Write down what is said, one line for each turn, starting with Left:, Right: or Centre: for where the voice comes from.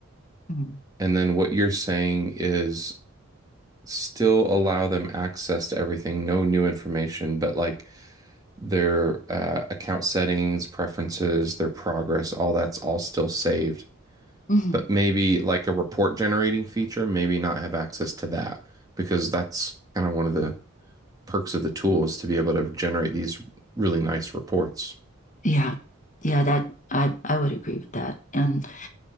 Left: Mm.
Right: And then what you're saying is still allow them access to everything, no new information, but like their uh, account settings, preferences, their progress, all that's all still saved.
Left: hmm
Right: But maybe like a report generating feature, maybe not have access to that because that's kind of one of the perks of the tool is to be able to generate these really nice reports.
Left: Yeah. Yeah, that I I would agree with that. And